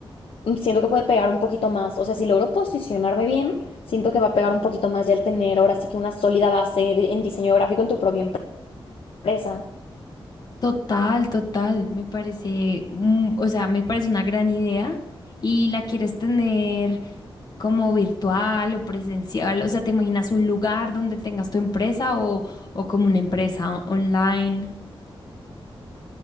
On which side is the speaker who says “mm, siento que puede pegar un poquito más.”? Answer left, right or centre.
Left